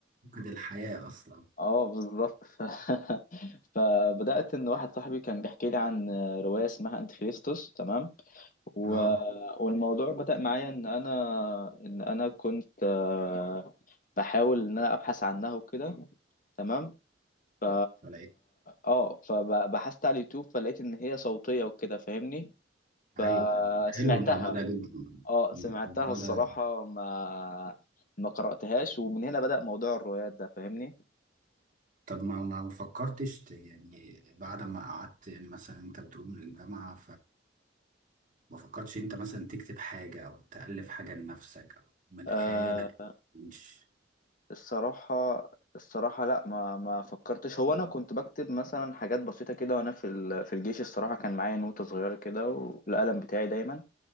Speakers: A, on the right; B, on the left.
A: فقد الحياه اصلا
B: اه بالظبط ف... <laughs> فبدأت ان واحد صاحبي كان بيحكي لي عن رواية اسمها انتيخريستوس تمام و...
A: اه
B: والموضوع بدأ معايا ان انا ان انا كنت آه، بحاول ان انا ابحث عنها وكده تمام ف
A: فلقيت
B: اه فبحثت على اليوتيوب فلقيت ان هي صوتية وكده فاهمني
A: ايوه
B: فسمعتها
A: أيوة. حلو الموضوع ده جدا
B: اه سمعتها
A: الموضوع
B: الصراحة
A: ده
B: ما ما قرأتهاش ومن هنا بدأ موضوع الروايات ده فاهمني
A: طب ما ما فكرتش ت- يعني بعد ما قعدت يعني مثلا انت بتقول من الجامعه ما فكرتش انت مثلا تكتب حاجة او تألف حاجة لنفسك او من
B: آه
A: خيالك مش
B: الصراحة الصراحة لا ما ما فكرتش هو انا كنت بكتب مثلا حاجات بسيطة كده وانا في ال- في الجيش الصراحة كان معايا نوتة صغيرة كده والقلم بتاعي دايما